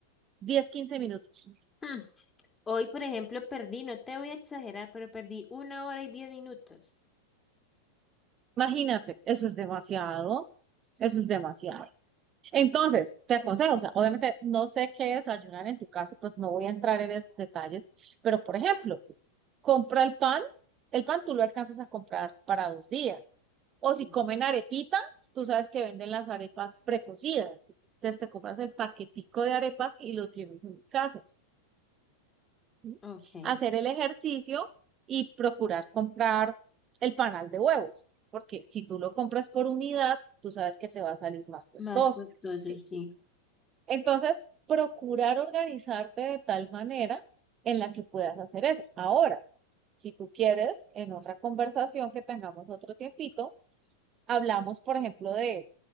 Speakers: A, on the right; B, on the left.
A: 10 15 minutos.
B: Mm. Hoy, por ejemplo, perdí, no te voy a exagerar, pero perdí una hora y diez minutos.
A: Imagínate, eso es demasiado. Eso es demasiado. Entonces, te aconsejo, o sea, obviamente no sé qué desayunar en tu casa, pues no voy a entrar en esos detalles, pero por ejemplo, compra el pan, el pan tú lo alcanzas a comprar para dos días. O si
B: Sí.
A: comen arepita, tú sabes que venden las arepas precocidas. Entonces te compras el paquetico de arepas y lo tienes en casa. ¿Sí?
B: Ok.
A: hacer el ejercicio y procurar comprar el panal de huevos, porque si tú lo compras por unidad, tú sabes que te va a salir más costoso,
B: Más costoso,
A: ¿sí?
B: sí.
A: Entonces, procurar organizarte de tal manera en la que puedas hacer eso. Ahora, si tú quieres, en otra conversación que tengamos otro tiempito, hablamos, por ejemplo, de